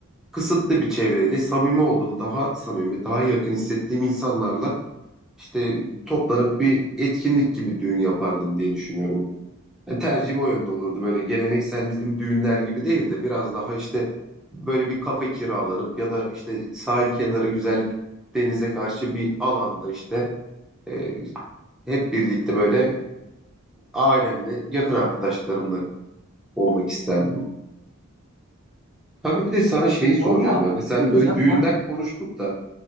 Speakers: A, in the centre; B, on the right.
A: kısıtlı bir çevreyle samimi oldum. Daha samimi, daha yakın hissettiğim insanlarla işte toplanıp bir etkinlik gibi düğün yapardım diye düşünüyorum. Yani tercihim o yönde olurdu. Böyle geleneksel bizim düğünler gibi değil de biraz daha işte böyle bir kafe kiralanıp ya da işte sahil kenarı güzel denize karşı bir alanda işte e, hep birlikte böyle ailemle yakın arkadaşlarımla olmak isterdim. Kanka bir de sana şeyi soracağım
B: Valla
A: ya. Mesela
B: bu da
A: hani
B: güzel.
A: böyle düğünden
B: Ben,
A: konuştuk da